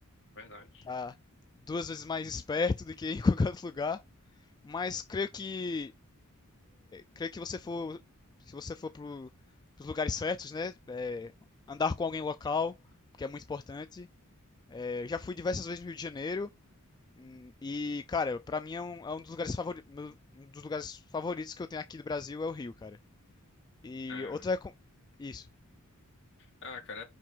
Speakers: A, on the left; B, on the left.
A: Verdade.
B: estar tá duas vezes mais esperto do que em <laughs> qualquer outro lugar. Mas creio que creio que você for, se você for para os lugares certos, né? é, andar com alguém local, que é muito importante. É, já fui diversas vezes no Rio de Janeiro. hum, E, cara, pra mim é um, é um dos lugares favori- meu- um dos lugares favoritos que eu tenho aqui do Brasil é o Rio, cara. E
A: É.
B: outra. co- Isso,
A: Ah, cara,